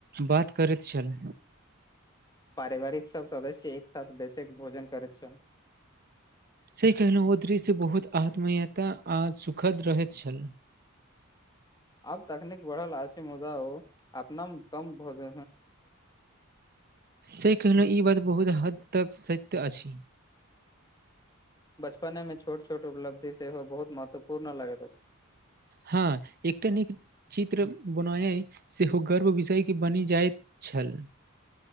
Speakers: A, on the right; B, on the left.
A: बात करैत छल।
B: पारिवारिक सब सदस्य एक साथ बेसेके भोजन करैत छ
A: से कहलहुँ मद्री सेय बहुत आत्मीयता आ सुखद रहैत छल
B: अब तकनीक बढ़ल आश मुदा ओ अपनम कम भोज
A: से कहिनोहु ई बात बहुत हद तक सत्य अछि
B: बचपने में छोट छोट उपलब्धि सेहो बहुत महत्वपूर्ण लगत अछि
A: हँ एकटा नीक चित्र बनाय सेहो गर्व विषयके बनि जाइत छल